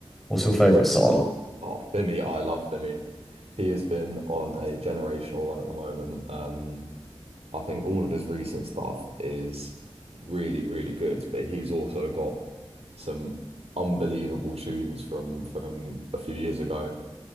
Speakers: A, in the centre; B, on the right (about 75°).
A: What's your favorite song?
B: Oh, Vimy, I love Vimy. He has been on a generational run at the moment. Um, I think all of his recent stuff is really, really good, but he's also got some unbelievable tunes from from a few years ago.